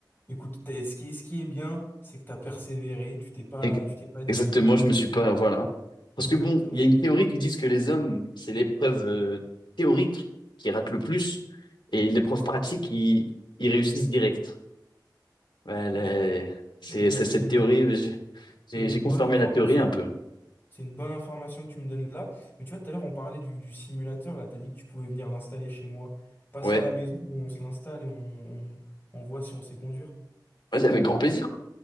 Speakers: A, on the left; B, on the left.
A: écoute, t'es- ce qui, est- ce qui est bien, c'est que t'as persévéré, tu t'es pas,
B: Et-
A: tu t'es pas dit,
B: Exactement,
A: je vais la
B: je me
A: faire.
B: suis pas. Voilà. Parce
A: Exactement.
B: que bon, il y a une théorie qui dit que les hommes, c'est l'épreuve euh, théorique qui rate le plus et l'épreuve pratique, ils, ils réussissent direct. Ouais,
A: Ok.
B: les- c'est
A: Ok, bah,
B: c'est
A: c'est
B: cette
A: une,
B: théorie, j'ai j'ai-
A: c'est une
B: j'ai confirmé
A: bonne information.
B: la théorie un peu.
A: C'est une bonne information que tu me donnes là. Mais tu vois, tout à l'heure, on parlait du, du simulateur. Là, t'as dit que tu pouvais venir l'installer chez moi. Passe
B: Ouais,
A: à la maison, on se l'installe et on, on, on voit si on sait conduire.
B: vas-y, avec grand plaisir.